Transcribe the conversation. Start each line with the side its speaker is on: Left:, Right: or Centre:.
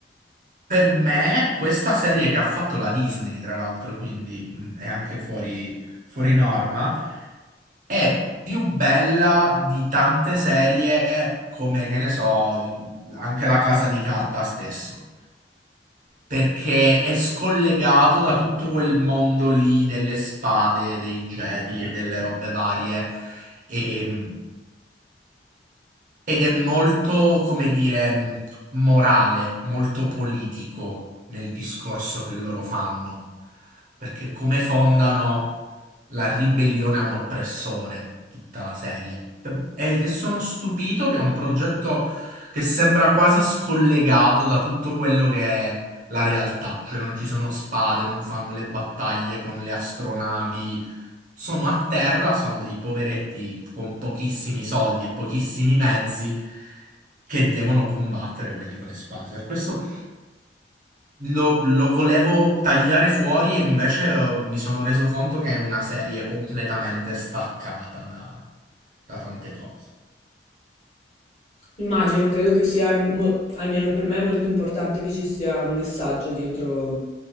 Right: Per me, questa serie che ha fatto la Disney, tra l'altro, quindi mm, è anche fuori, fuori norma, è più bella di tante serie come, che ne so, anche La Casa di Carta stesso, perché è scollegato da tutto quel mondo lì delle spade, dei Jedi e delle robe varie. E- ed è molto, come dire, morale, molto politico nel discorso che loro fanno, perché come fondano la ribellione a un oppressore, tutta la serie. E, e sono stupito che è un progetto che sembra quasi scollegato da tutto quello che è la realtà, cioè non ci sono spade, non fanno le battaglie con le astronavi, sono a terra, sono dei poveretti con pochissimi soldi e pochissimi mezzi che devono combattere quelli con le spade. Per questo lo, lo volevo tagliare fuori e invece eh, mi sono reso conto che è una serie completamente staccata da, da tante cose.
Left: Immagino, credo che sia, mo- almeno per me, è molto importante che ci sia un messaggio dietro